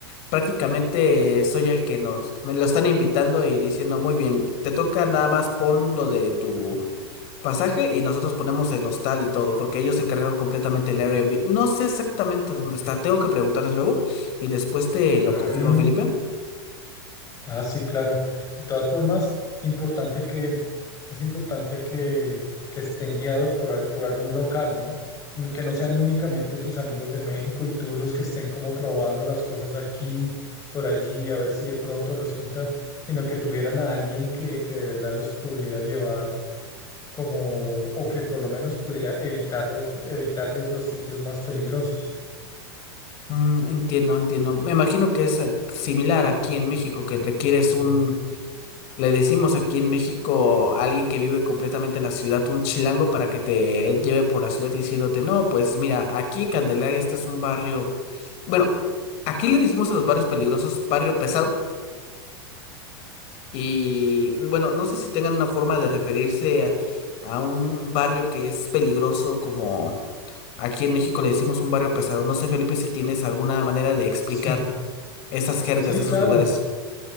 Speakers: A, on the left; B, on the left.
A: prácticamente soy el que nos, me lo están invitando y diciendo, muy bien, te toca nada más pon lo de tu pasaje y nosotros ponemos el hostal y todo, porque ellos se encargaron completamente el Airbnb. No sé exactamente dónde está, tengo que preguntarles luego y después te lo
B: Mm,
A: confirmo, Felipe.
B: Ah, sí, claro. De todas formas, importante que, es importante que, que estén guiados por, al- por algún local, ¿no? N- Que no sean únicamente tus amigos de México y tú los que estén como probando las cosas aquí, por allí, a ver si de pronto resulta, sino que tuvieran a alguien que, que de verdad los pudiera llevar como, o que por lo menos pudiera evitarles, evitarles los sitios más peligrosos.
A: Mm, entiendo, entiendo. Me imagino que es eh, similar aquí en México, que requieres un, le decimos aquí en México a alguien que vive completamente en la ciudad, un chilango para que te lleve por la ciudad diciéndote, no, pues mira, aquí Candelaria, este es un barrio, bueno, aquí le decimos a los barrios peligrosos barrio pesado y bueno, no sé si tengan una forma de referirse a a un barrio que es peligroso como aquí en México le decimos un barrio pesado. No sé, Felipe, si tienes alguna manera de explicar
B: Sí,
A: esas jergas
B: sí,
A: de esos
B: claro.
A: lugares.